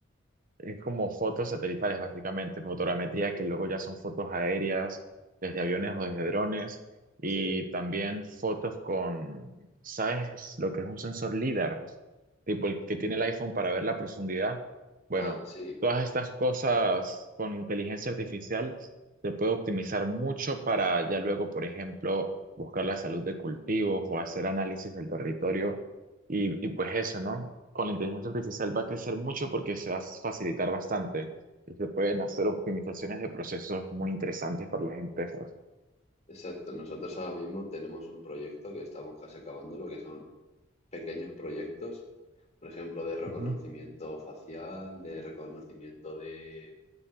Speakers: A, on the right (about 45°); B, on the left (about 35°).
A: Es como fotos satelitales, básicamente, fotogrametría, que luego ya son fotos aéreas, desde aviones o desde drones, y
B: sí.
A: también fotos con, ¿sabes lo que es un sensor LIDAR? Tipo el que
B: Mm.
A: tiene el iPhone para ver la profundidad. Bueno,
B: Ah, sí,
A: todas estas cosas
B: exacto.
A: con inteligencia artificial se puede optimizar mucho para ya luego, por ejemplo, buscar la salud de cultivos o hacer análisis del territorio y, y pues eso, ¿no? con la inteligencia artificial va a crecer mucho porque se va a facilitar bastante y se pueden hacer optimizaciones de procesos muy interesantes para las empresas.
B: Exacto. Nosotros ahora mismo tenemos un proyecto que estamos casi acabando, lo que son pequeños proyectos, por ejemplo, de reconocimiento
A: Ujú,
B: facial, de reconocimiento de,